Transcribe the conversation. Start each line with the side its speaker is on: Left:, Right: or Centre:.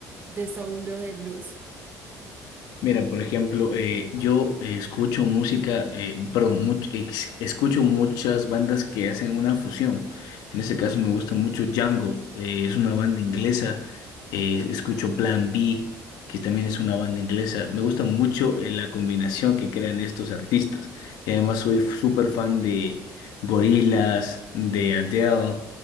Right: de soul o de blues.
Left: Mira, por ejemplo, eh, yo eh, escucho música, eh, perdón, much- ex- escucho muchas bandas que hacen una fusión. En este caso me gusta mucho Django, eh, es una banda inglesa. eh, escucho Plan B, que también es una banda inglesa. Me gusta mucho eh, la combinación que crean estos artistas. Y además soy súper fan de Gorillaz, de Adele.